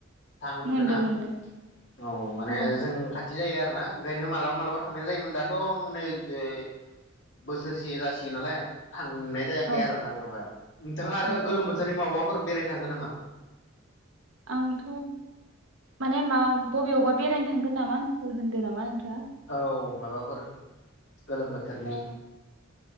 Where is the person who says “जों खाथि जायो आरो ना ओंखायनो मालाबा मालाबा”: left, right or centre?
Left